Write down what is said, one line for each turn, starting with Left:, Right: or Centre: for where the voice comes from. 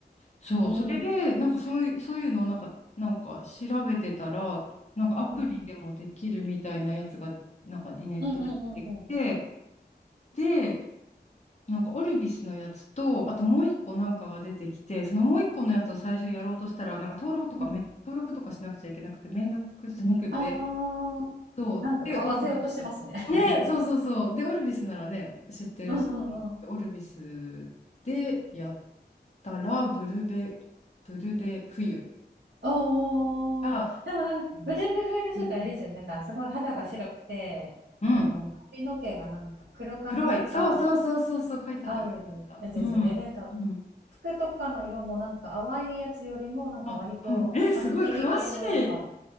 Left: そう、
Right: うんうん
Left: それで、なんかそういう、そういうのをなんか、なんか調べてたら、なんかアプリでもできるみたいなやつが、
Right: うん
Left: なんかネットで出てきて、
Right: うんうんうんうん
Left: で、なんかオルビスのやつと、あともう一個なんかが出てきて、そのもう一個のやつを最初やろうとしたら、なんか登録とかめ、
Right: うん
Left: 登録とかしなくちゃいけなくて、めんどくさくて、
Right: あ
Left: そう。
Right: なんか買わせようとしてますね。
Left: で、オルビス。
Right: <laughs>
Left: ね、そうそうそう。で、オルビスならね、知ってるし、
Right: うんうんうん。
Left: オルビスでやったら、ブルベ、ブルベ冬
Right: おー、
Left: が
Right: でもなんかブレイブ冬の人ってあれですよね。
Left: 出ました。うん
Right: なんかすごい肌が白くて、
Left: うん。
Right: あの、髪の毛がなんか黒髪とか
Left: 黒い。そうそうそうそう、そう書いてあった、
Right: 合うやつですよね。
Left: 書いてあった。うん。
Right: で、なんか
Left: うん。
Right: 服とかの色もなんか淡いやつよりもなんか割とはっきり系の色が。
Left: あ、うん。え、すごい、詳しい。え、